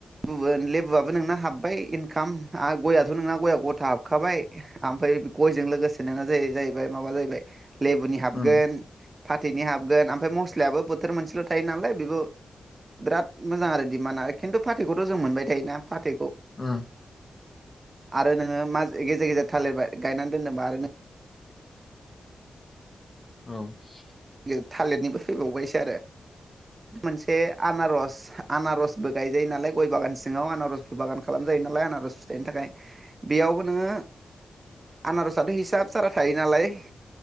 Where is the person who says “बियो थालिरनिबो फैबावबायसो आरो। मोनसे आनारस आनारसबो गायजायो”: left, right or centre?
Right